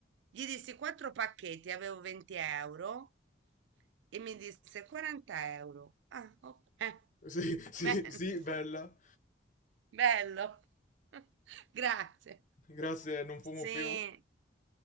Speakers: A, on the right; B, on the left.
A: gli dissi quattro pacchetti, avevo 20 euro e mi disse 40 euro. Ah, ok.
B: Sì, sì,
A: <laughs> Bene,
B: sì, bella.
A: bello. <laughs> Grazie.
B: Grazie, non fumo
A: Sì,
B: più.